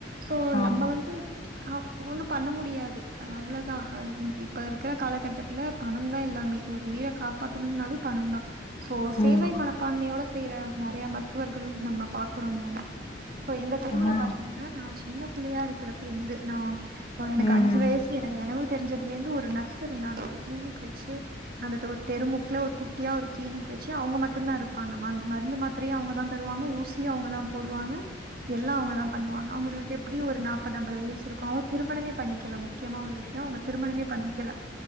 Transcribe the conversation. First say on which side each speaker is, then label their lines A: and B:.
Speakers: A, on the right (about 50°); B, on the left (about 35°).
A: சோ
B: ஆமா.
A: நம்ம வந்து அ ஒ ஒண்ணு பண்ண முடியாது அவ்ளோதா அ இந் இப்ப இருக்கற காலகட்டத்துல பணோந்தா எல்லாமே ஒரு உயிரக் காப்பாத்தணுன்னாலு பணோந்தா சோ சேவை
B: ம்.
A: மனப்பான்மையோட ச செய்யற நெறைய மருத்துவர்களும் நம்ம பாக்குறோந்தான சோ எங்க தெருவுல
B: ஆமா.
A: பாத்தீங்கன்னா நா சின்ன புள்ளையா இருக்கறப்பருந்து நா
B: ம்.
A: எனக்கு அஞ்சு வயசு எனக்கு நெனவு தெரிஞ்சதுலேருந்து ஒரு நர்ஸ் இருந்தாங்க ஒரு கிளினிக் வெச்சு அந்த தொ தெருமுக்ல ஒரு குட்டியா ஒரு கிளினிக் வெச்சு அவங்க மட்டுந்தா இருப் ப்பாங்க மருந் மருந்து மாத்திரையு அவுங்கதா தருவாங்க ஊசியு அவுங்கதா போடுவாங்க எல்லா அவுங்கதா பண்ணுவாங்க அவுங்களுக்கு எப்டியு ஒரு நாப்பது அம்பது வயசு இருக்கும் அவங்க திருமணமே பண்ணிக்கல முக்கியமா ஒரு விஷயொ அவங்க திருமணமே பண்ணிக்கல